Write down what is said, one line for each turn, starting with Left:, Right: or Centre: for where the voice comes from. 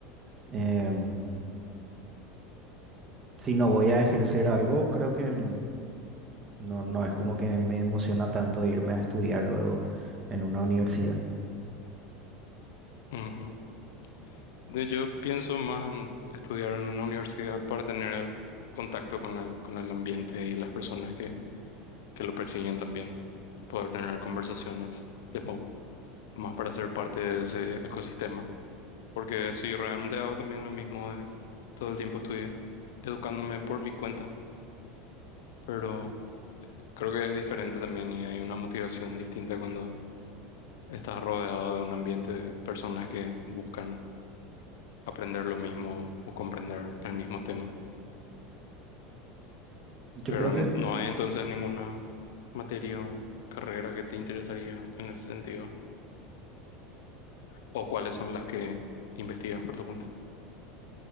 Right: Em, si no voy a ejercer algo, creo que n- no, no es como que me emociona tanto irme a estudiar luego en una universidad.
Left: Ujú. De- Yo pienso más en estudiar en una universidad para tener el contacto con el, con el ambiente y las personas que, que lo persiguen también, y poder tener conversaciones, tipo, más para ser parte de ese ecosistema. Porque sí, realmente hago también lo mismo, de- todo el tiempo estoy educándome por mi cuenta, pero creo que es diferente también y hay una motivación distinta cuando estás rodeado de un ambiente de personas que buscan aprender lo mismo o comprender el mismo tema.
Right: Yo
Left: Pero
Right: creo que
Left: n- no hay entonces ninguna materia o carrera que te interesaría en ese sentido. ¿O cuáles son las que investigas por tu cuenta?